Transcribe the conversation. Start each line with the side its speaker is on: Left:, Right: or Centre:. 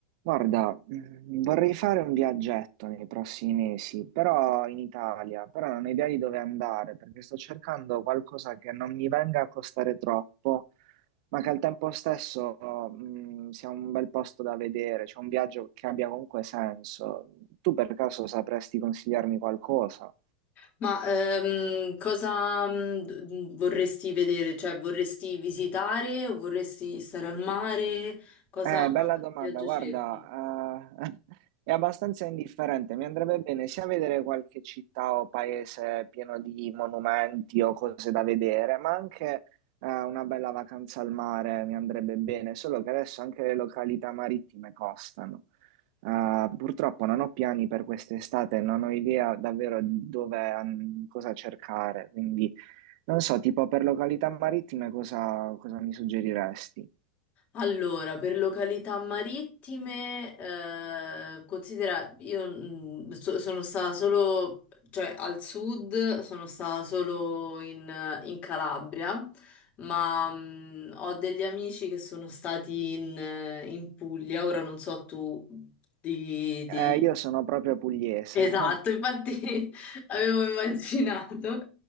Right: Guarda, mm, vorrei fare un viaggetto nei prossimi mesi, però in Italia, però non ho idea di dove andare, perché sto cercando qualcosa che non mi venga a costare troppo, ma che al tempo stesso, mm, sia un bel posto da vedere, cioè un viaggio che abbia comunque senso. Tu per caso sapresti consigliarmi qualcosa?
Left: Ma ehm, cosa mm, d- d- vorresti vedere? Cioè, vorresti visitare o vorresti stare al mare? Cosa
Right: Eh, bella
Left: che
Right: domanda,
Left: viaggio
Right: guarda,
Left: cerchi?
Right: eh, <laughs> è abbastanza indifferente, mi andrebbe bene sia vedere qualche città o paese pieno di monumenti o cose da vedere, ma anche eh, una bella vacanza al mare mi andrebbe bene, solo che adesso anche le località marittime costano. Eh, purtroppo non ho piani per quest'estate, non ho idea davvero di dove, an- cosa cercare, quindi non so, tipo per località marittime cosa cosa mi suggeriresti?
Left: Allora, per località marittime, eh, considera, io mm, so- sono stata solo, cioè al sud, sono stata solo in, in Calabria, ma mm, ho degli amici che sono stati in, in Puglia, ora non so tu di, di
Right: Eh, io sono proprio pugliese.
Left: Esatto, infatti <laughs> avevo immaginato.